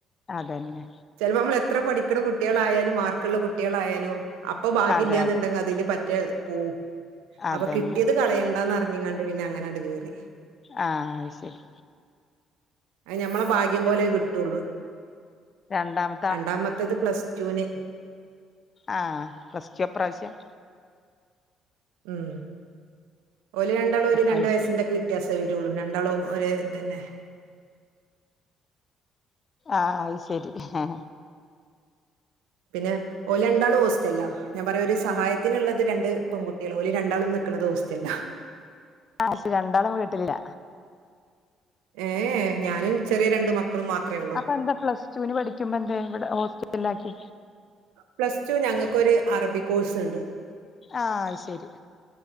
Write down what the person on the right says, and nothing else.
ചെൽപ്പോ മ്മൾ എത്ര പഠിക്ക്ണ കുട്ടിയളായാലും മാർ ക്കുള്ള കുട്ടിയാളായാലും അപ്പൊ ബാഗ്യല്ലാന്ന്ണ്ടെങ്കി
അതില് പറ്റേ പോവും
അപ്പൊ കിട്ടിയത് കളയണ്ടാന്നറഞ്ഞു കാണ്ട് പിന്നെ അങ്ങനെണ്ട് കേറി
അ ഞമ്മളെ ഭാഗ്യം പോലെ കിട്ടഒള്ളൂ
രണ്ടാമത്തെത് പ്ലസ്റ്റുന്
ഉം ഓല് രണ്ടാളും ഒര് രണ്ട്
വയസ്സിന്റെക്കെ
വി- വ്യത്യാസേ വരുള്ളൂ രണ്ടാളും ഒരേതന്നെ
പിന്നെ ഓല്ണ്ടാളും ഓസ്റ്റ്ല്ലാ ഞാൻ പറയാം ഒരു സഹായത്തിന്ള്ളത് രണ്ട് പെൺകുട്ടികള് ഓല് രണ്ടാളും നിക്കുന്നത് ഹോസ്റ്റല്ലാ
ഏഹ ഞാനും ചെറിയ രണ്ട് മക്കളും മാത്രഉള്ളൂ
പ്ലസ് ടു ഞങ്ങക്കൊര് അറബി കോഴ്സ് ഉണ്ട്